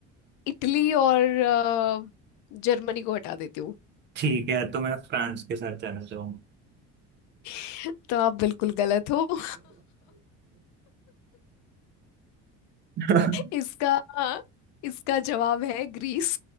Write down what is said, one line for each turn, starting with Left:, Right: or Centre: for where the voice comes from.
Left: इटली और अ, जर्मनी को हटा देती हूँ
Right: ठीक है तो मैं फ्रांस के साथ जाना चाहूंगा
Left: <laughs> तो आप बिल्कुल गलत हो <laughs>
Right: <laughs>
Left: इसका इसका जवाब है ग्रीस